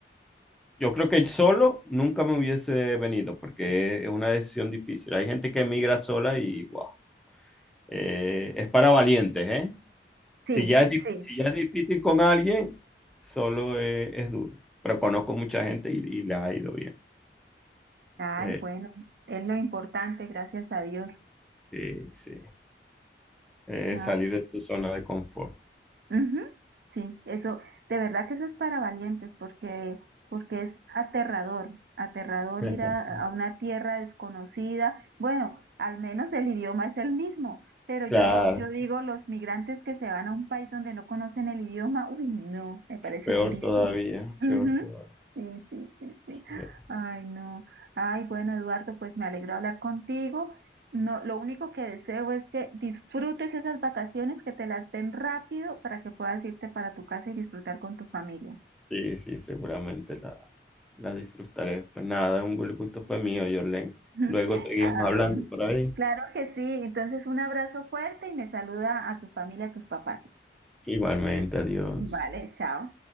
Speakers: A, in the centre; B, on the right.
A: yo creo que solo nunca me hubiese venido porque es una decisión difícil. Hay gente que emigra sola y, wow, eh, es para valientes, ¿eh?
B: Sí,
A: Si ya es, dif-
B: sí.
A: si ya es difícil con alguien, solo es, es duro. Pero conozco mucha gente y, y les ha ido bien.
B: Ay,
A: Eh,
B: bueno, es lo importante, gracias a Dios.
A: sí, sí. Eh,
B: Ah,
A: salir de tu zona de confort.
B: Ujú, Sí, eso, de verdad que eso es para valientes, porque, porque es aterrador, aterrador
A: <laughs>
B: ir a, a una tierra desconocida. Bueno, al menos el idioma es el mismo, pero yo,
A: Claro,
B: yo digo, los migrantes que se van a un país donde no conocen el idioma, uy, no, me parece
A: peor
B: durísimo.
A: todavía,
B: Ujú,
A: peor todavía.
B: Sí, sí, sí, sí.
A: Eh,
B: Ay, no. Ay, bueno, Eduardo, pues me alegro hablar contigo. No, lo único que deseo es que disfrutes esas vacaciones, que te las den rápido para que puedas irte para tu casa y disfrutar con tu familia.
A: Sí, sí, seguramente la, la disfrutaré. Pues nada, un buen gusto fue mío, Jorlen.
B: <laughs>
A: Luego seguimos
B: Ah,
A: hablando
B: bueno.
A: por ahí.
B: Claro que sí. Entonces, un abrazo fuerte y me saluda a tu familia, a tus papás.
A: Igualmente, adiós.
B: Vale, chao.